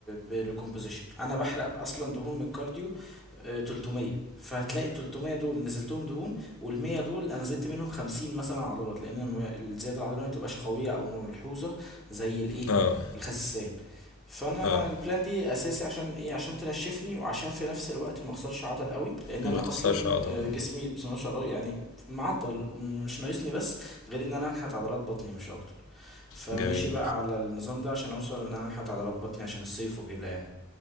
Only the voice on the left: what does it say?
اه
اه
ما
تخسرش
عضلة
جميل